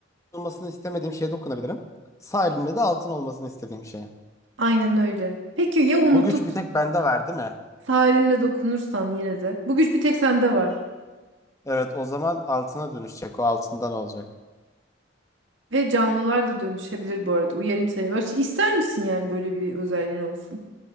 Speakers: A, on the left; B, on the right.
A: olmasını istemediğim şeye dokunabilirim. Sağ elimle de altın olmasını istediğim şeye.
B: aynen öyle. Peki ya unutup
A: Bu güç bir tek bende var değil mi?
B: sarinle dokunursan yine de? Bu güç bir tek sende var.
A: Evet o zaman altına dönüşecek o altından olacak.
B: Ve canlılar da dönüşebilir bu arada. Uyarayım seni. Böyle şey, ister misin yani böyle bir özelliğin olsun?